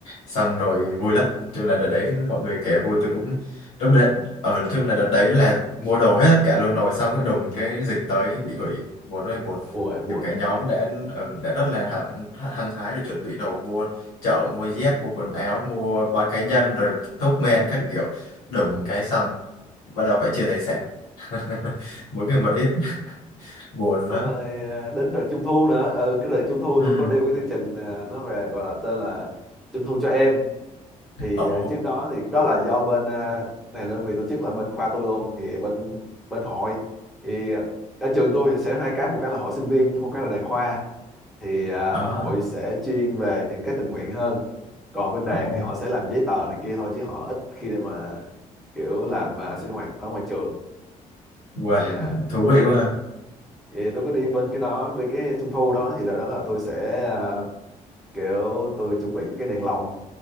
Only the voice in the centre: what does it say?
Ôi buồn
xong
rồi à, đến đợt trung thu nữa ừ cái đợt trung thu
tôi có đi cái chương trình à, nó về gọi là tên là trung thu cho em thì
à, trước đó thì đó là do bên à, này đơn vị tổ chức là bên khoa tôi luôn thì bên bên hội thì ở trường tôi thì sẽ hai cái một cái là hội sinh viên với một cái là đoàn khoa thì à,
hội sẽ chuyên về những cái tình nguyện hơn còn bên đoàn
thì họ sẽ làm giấy tờ này kia thôi chứ họ ít khi để mà kiểu làm à, sinh hoạt ở ngoài trường
thì à,
đây
thì tôi có đi bên cái đó bên cái trung thu đó thì đợt đó là tôi sẽ à, kiểu tôi chuẩn bị những cái đèn lồng